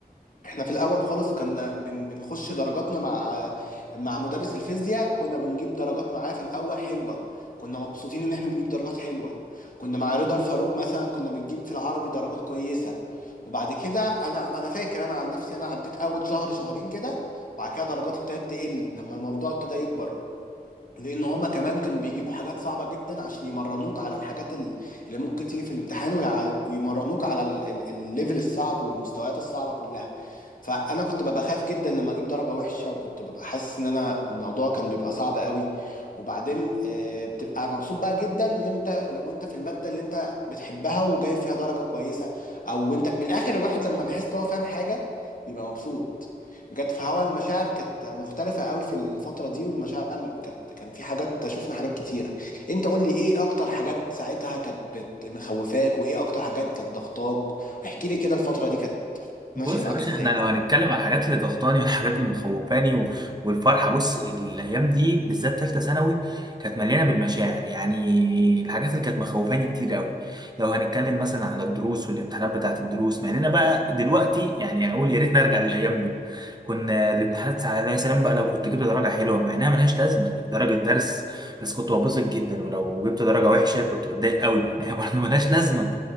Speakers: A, on the left (about 55°); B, on the right (about 25°).
A: احنا في الاول خالص كنا بن بنخش درجاتنا مع مع مدرس الفيزياء كنا بنجيب درجات معاه في الاول حلوه كنا مبسوطين ان احنا بنجيب درجات حلوه كنا مع رضا الفاروق مثلا كنا بنجيب في العربي درجات كويسه وبعد كده انا انا فاكر انا عن نفسي انا عديت اول شهر شهرين كده وبعد كده درجاتي ابتدت تقل لما الموضوع ابتدى يكبر لان هما كمان كانوا بيجيبوا حاجات صعبه جدا عشان يمرنوك على الحاجات ال- اللي ممكن تيجي في الامتحان ويع- ويمرنوك على ال- ال- الليفل الصعب والمستويات الصعبه كلها فانا كنت ببقى خايف جدا لما اجيب درجه وحشه وكنت ببقى حاسس ان انا الموضوع كان بيبقى صعب قوي وبعدين آه، بتبقى مبسوط بقى جدا ان انت لو انت في الماده اللي انت بتحبها وجايب فيها درجه كويسه او انت من الاخر الواحد لما بيحس ان هو فاهم حاجه بيبقى مبسوط بجد فهو المشاعر كانت مختلفه قوي في الفتره دي والمشاعر كانت كان في حاجات شفنا حاجات كتيره انت قول لي ايه اكتر حاجات ساعتها كانت بت- مخوفاك وايه اكتر حاجات كانت ضغطاك واحكي لي كده الفتره دي كانت ماشيه
B: بص
A: معاك
B: يا باشا
A: ازاي
B: احنا لو هنتكلم على الحاجات اللي ضغطاني والحاجات اللي مخوفاني و- والفرحه بص الايام دي بالذات ثالثه ثانوي كانت مليانه بالمشاعر يعني الحاجات اللي كانت مخوفاني كتير قوي لو هنتكلم مثلا على الدروس والامتحانات بتاعت الدروس مع اننا بقى دلوقتي يعني اقول يا ريت نرجع للايام دي كنا الامتحانات ساعات يا سلام بقى لو كنت جبت درجه حلوه مع انها ملهاش لازمه دي درجه درس بس كنت ببسط جدا ولو جبت درجه وحشه كنت بتضايق قوي مع انها <laughs> برضه ملهاش لازمه